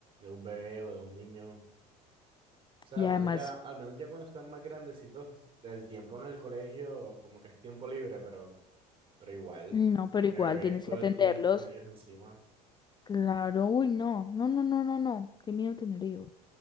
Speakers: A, on the right; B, on the left.
A: un bebé o de un niño. O sea,
B: Y
A: al
B: además,
A: menos ya, al menos ya cuando están más grandecitos, el tiempo en el colegio como que es tiempo libre, pero, pero igual,
B: no, pero
A: de
B: igual
A: bebés
B: tienes
A: todo
B: que atenderlos.
A: el tiempo con ellos encima.
B: Claro, uy, no, no, no, no, no, no. Qué miedo tener hijos.